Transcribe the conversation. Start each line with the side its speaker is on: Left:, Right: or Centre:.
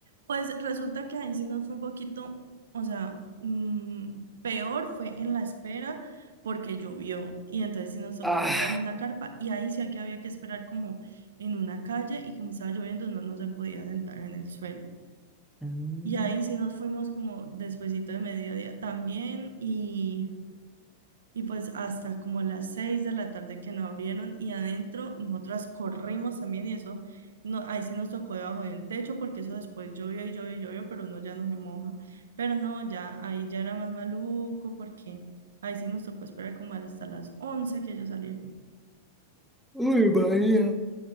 Right: Pues resulta que ahí sí nos fue un poquito, o sea, mm, peor fue en la espera porque llovió y entonces sí nos tocó
Centre: Ah,
Right: comprando una carpa y ahí sí que había que esperar como en una calle y como estaba lloviendo no, no se podía sentar en el suelo.
Centre: Mm.
Right: Y ahí sí nos fuimos como despuesito de mediodía también y Y pues hasta como a las seis de la tarde que no abrieron y adentro nosotras corrimos también y eso, no, ahí sí nos tocó debajo de un techo porque eso después llovió y llovió y llovió, pero uno ya no se moja. Pero no, ya ahí ya era más maluco porque ahí sí nos tocó esperar como hasta las once que ellos salieron.
Centre: uy, María.